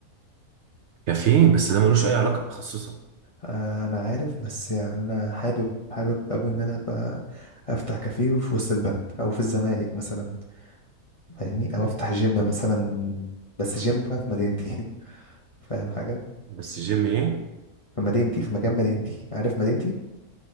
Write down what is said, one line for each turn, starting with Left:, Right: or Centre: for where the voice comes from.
Right: كافيين بس ده ملوش اي علاقه بتخصصك
Left: آه، انا عارف بس يعني انا حابب حابب قوي ان انا ابقى افتح كافيه في وسط البلد او في الزمالك مثلا فاهمني او افتح جيم مثلا بس جيم بقى في مدينتي <laughs> فاهم حاجه
Right: بس جيم ايه
Left: في مدينتي في مكان مدينتي عارف مدينتي